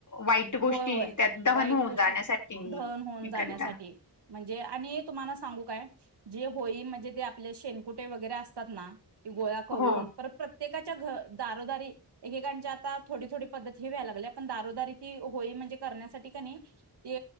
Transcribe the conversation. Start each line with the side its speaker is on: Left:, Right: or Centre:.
Left: वाईट गोष्टी
Right: होय होय
Left: त्यात दहन
Right: वाईट
Left: होऊन
Right: गोष्टी
Left: जाण्यासाठी नि
Right: धन होऊन
Left: हे
Right: जाण्यासाठी
Left: करता
Right: म्हणजे आणि तुम्हाला सांगू काय जे होळी म्हणजे ते आपले शेनकुटे वगैरे असतात ना गोळा करून
Left: हो
Right: पर प्रत्येकाच्या घ दारोदारी एकेकांच्या आता थोडी थोडी पद्धत ेवायला लागल्या पण दारोदारी ती होई म्हणजे करण्यासाठी क नाही ते